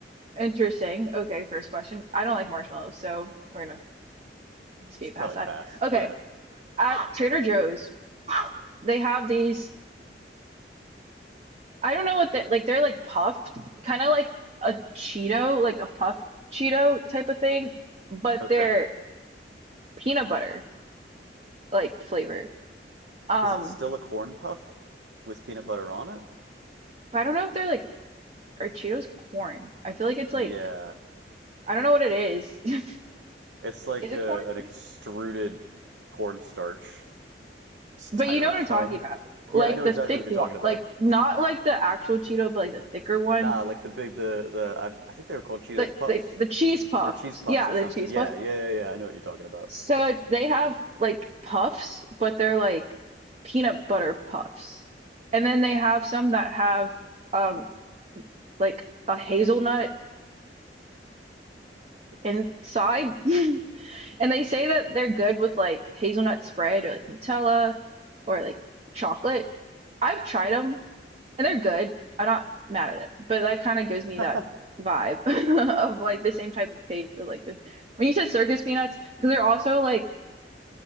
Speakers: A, on the right (about 35°); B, on the right (about 80°).
A: Interesting. Okay, first question. I don't like marshmallows, so we're gonna skate
B: It's probably
A: past that.
B: pass.
A: Okay,
B: Yeah.
A: at Trader Joe's, they have these, I don't know what they like, they're like puffed, kind of like a Cheeto, like a puffed Cheeto type of thing, but
B: Okay.
A: they're peanut butter. like flavor. Um,
B: Is it still a corn puff with peanut butter on it?
A: but I don't know if they're like are Cheetos corn? I feel like it's
B: Yeah.
A: like I don't know what it is. <laughs>
B: It's like
A: Is it
B: a,
A: corn?
B: an extruded cornstarch styrofoam.
A: But you know what I'm talking about. Like
B: Yeah, I know
A: the
B: exactly
A: thick
B: what you're
A: one.
B: talking about.
A: Like not like the actual Cheeto, but like the thicker one.
B: Nah, like the big the the I, I think they were called Cheetos
A: Like
B: Puffs
A: the, the, the cheese puffs.
B: or Cheese Puffs
A: Yeah,
B: or something.
A: the cheese
B: Yeah,
A: puffs.
B: yeah, yeah, yeah. I know what you're talking about.
A: So they have like puffs, but they're like peanut butter puffs. And then they have some that have um like a hazelnut inside. <laughs> And they say that they're good with like hazelnut spread or like Nutella or like chocolate. I've tried them and they're good. I'm not mad at it, but that kind of gives me
B: <laughs>
A: that vibe <laughs> of like the same type of taste. So like the when you said circus peanuts, because they're also like